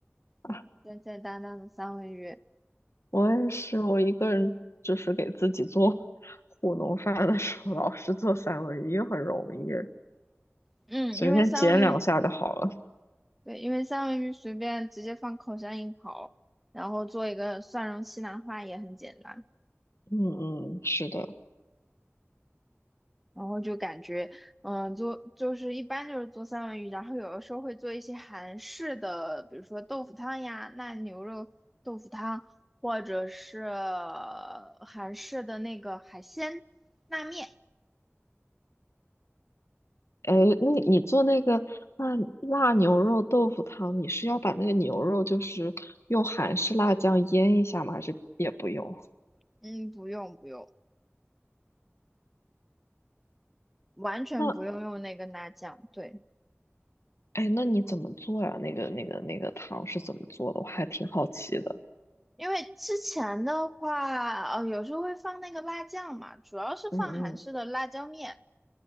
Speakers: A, on the left; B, in the centre.
A: 啊，
B: <laughs> 简简单单的三文鱼。
A: 我也是，我一个人就是给自己做 <laughs> 糊弄饭的时候，老是做三文鱼很容易，
B: 嗯，
A: 随便煎两下就好了。
B: 因为三文鱼对，因为三文鱼随便直接放烤箱一烤，然后做一个蒜蓉西兰花也很简单。
A: 嗯嗯，是的。
B: 然后就感觉，嗯，做就是一般就是做三文鱼，然后有的时候会做一些韩式的，比如说豆腐汤呀、那牛肉豆腐汤，或者是呃韩式的那个海鲜拉面。
A: 哎，那你你做那个辣辣牛肉豆腐汤，你是要把那个牛肉就是用韩式辣酱腌一下吗？还是也不用？
B: 嗯，不用不用，完全不用用那个辣酱。
A: 那
B: 对。
A: 哎，那你怎么做呀？那个那个那个汤是怎么做的？我还挺好奇的。
B: 因为之前的话，呃，有时候会放那个辣酱嘛，主要是放韩式的辣椒面，
A: 嗯嗯，